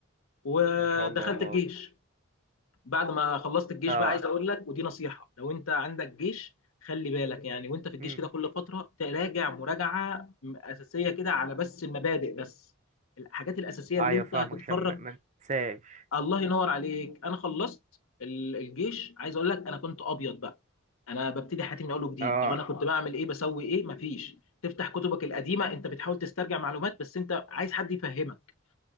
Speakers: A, on the left (about 80°); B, on the right (about 35°).
A: ودخلت
B: ما شاء الله الله
A: الجيش
B: اكبر
A: بعد ما خلصت الجيش
B: اه
A: بقى عايز اقول لك ودي نصيحه لو انت عندك جيش خلي بالك يعني وانت في الجيش
B: امم
A: كده كل فتره تراجع مراجعه م- اساسيه كده على بس المبادئ بس الحاجات الاساسيه
B: ايوه
A: اللي انت
B: فاهم
A: هتتفرج
B: عشان ما ما انساش
A: الله ينور عليك انا خلصت ال- الجيش عايز اقول لك انا كنت ابيض بقى انا ببتدي حياتي من اول وجديد
B: اه
A: طب انا كنت بعمل ايه بسوي ايه مفيش تفتح كتبك القديمه انت بتحاول تسترجع معلومات بس انت عايز حد يفهمك